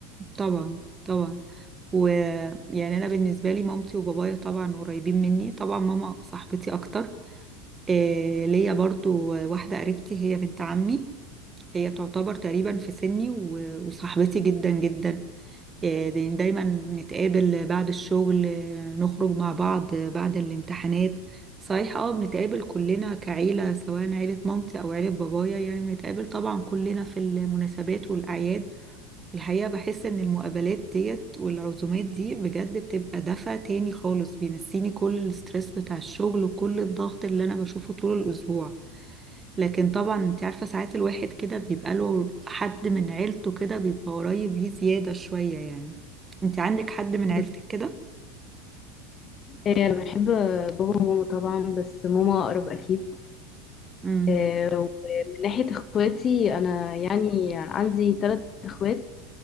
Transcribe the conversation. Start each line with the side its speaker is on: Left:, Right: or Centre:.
Right: طبعا طبعا ويعني انا بالنسبه لي مامتي وبابايا طبعا قريبين مني طبعا ماما صاحبتي اكتر إيه ليا برضو واحده قريبتي هي بنت عمي هي تعتبر تقريبا في سني و- وصاحبتي جدا جدا إيه داي- دايما نتقابل بعد الشغل آه، نخرج مع بعض آه، بعد الامتحانات صحيح اه بنتقابل كلنا كعيله سواء عيله مامتي او عيله بابايا يعني بنتقابل طبعا كلنا في المناسبات والاعياد الحقيقة بحس إن المقابلات ديت والعزومات دي بجد بتبقى دفع تاني خالص بينسيني كل الستريس بتاع الشغل وكل الضغط اللي أنا بشوفه طول الأسبوع لكن طبعا أنت عارفة ساعات الواحد كده بيبقى له حد من عيلته كده بيبقى قريب ليه زيادة شوية يعني أنت عندك حد من
Left: بالظبط.
Right: عيلتك كده؟
Left: آه، أنا بحب بابا وماما طبعا بس ماما أقرب أكيد
Right: امم
Left: آه، ومن ناحية اخواتي انا يعني عندي ثلاث اخوات